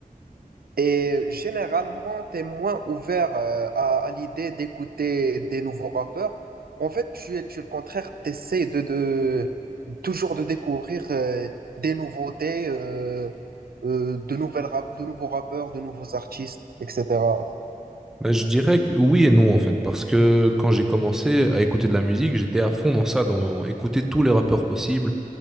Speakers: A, on the right (about 85°); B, in the centre.
A: et généralement tu es moins ouvert euh, à, à l'idée d'écouter des nouveaux rappeurs. En fait, tu es, tu es le contraire, tu essaies de, de toujours de découvrir euh, des nouveautés, euh, euh, de nouvelles rap- de nouveaux rappeurs, de nouveaux artistes, etc.
B: Mais je dirais que oui et non en fait, parce que quand j'ai commencé à écouter de la musique, j'étais à fond dans ça, dans écouter tous les rappeurs possibles